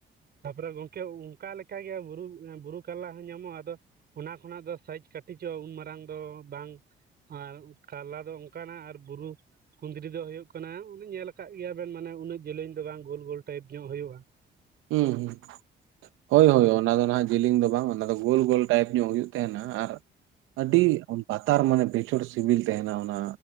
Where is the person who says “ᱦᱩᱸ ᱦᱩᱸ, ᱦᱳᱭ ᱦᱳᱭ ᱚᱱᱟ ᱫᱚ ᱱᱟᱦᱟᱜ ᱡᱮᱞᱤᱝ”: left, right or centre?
Right